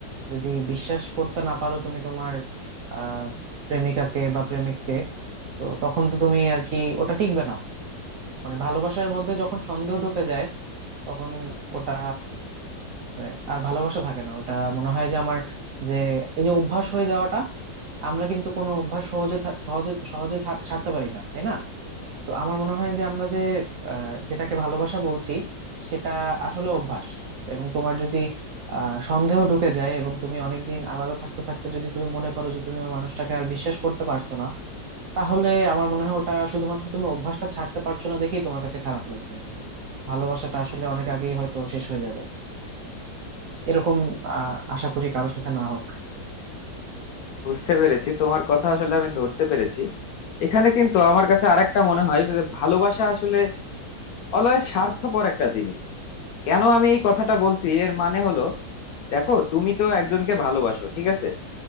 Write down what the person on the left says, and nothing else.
বুঝতে পেরেছি তোমার কথা আসলে আমি ধরতে পেরেছি এখানে কিন্তু আমার কাছে আরেকটা মনে হয় যে ভালোবাসা আসলে অলয় স্বার্থপর একটা জিনিস কেন আমি এই কথাটা বলছি এর মানে হলো দেখো তুমি তো একজনকে ভালোবাসো ঠিক আছে